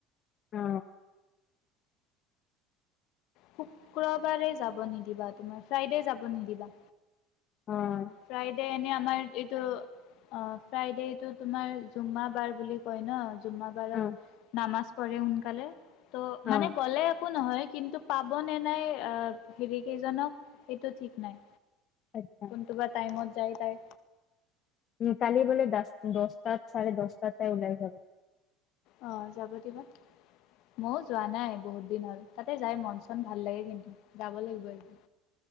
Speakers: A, on the left (about 45°); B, on the left (about 65°).
A: অ।
B: শুক্ৰবাৰে যাব নিদিবা তুমাৰ ফ্ৰাইডে যাব নিদিবা।
A: হয়
B: ফ্ৰাইডে এনে আমাৰ এইটো অ ফ্ৰাইডেটো তোমাৰ জুম্মাবাৰ বুলি কয় ন জুম্মাবাৰত
A: অ',
B: নামাজ পঢ়ে সোনকালে ত'
A: অ',
B: মানে গ'লে একো নহয় কিন্তু পাব নে নাই হেৰি কেইজনক সেইটো ঠিক নাই।
A: আচ <unintelligible>
B: টোবা টাইমত যায় তাইৰ।
A: উ, কালি বলে দ দহটাত চাৰে দহটাত তে ওলাই যাব।
B: অ, যাব দিবা। ময়ো যোৱা নাই বহুত দিন হ'ল তাতে যাই মন চন ভাল লাগে কিন্তু যাব লাগিব এদিন।